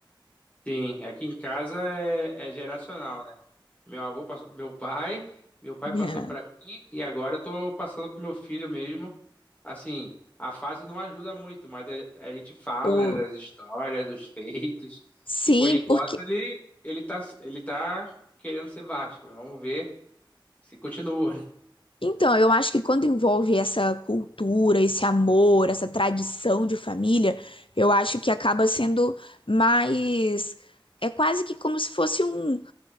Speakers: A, on the left (about 15°); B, on the left (about 80°).
A: Sim, aqui em casa é, é geracional, né? Meu avô passou pro meu pai, meu pai passou
B: É.
A: pra mim e agora eu tô passando pro meu filho mesmo. Assim, a fase não ajuda muito, mas a, a gente fala,
B: O...
A: né, das histórias, dos feitos
B: Sim,
A: e por enquanto
B: porque.
A: ele ele tá ele tá querendo ser Vasco. Vamos ver se continua, né?
B: Então, eu acho que quando envolve essa cultura, esse amor, essa tradição de família, eu acho que acaba sendo mais. É quase que como se fosse um.